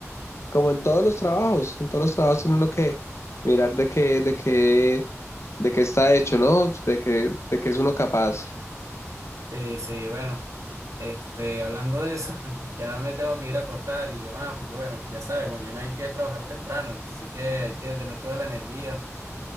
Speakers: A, on the left; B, on the right.
A: Como en todos los trabajos, en todos los trabajos tiene uno que mirar de qué, de qué, de qué está hecho, ¿no? De qué, de qué es uno capaz.
B: Sí, sí, bueno, este, hablando de eso, <laughs> ya me tengo que ir a acostar y demás, porque bueno, ya sabes, mañana hay que trabajar temprano, así que hay que tener toda la energía.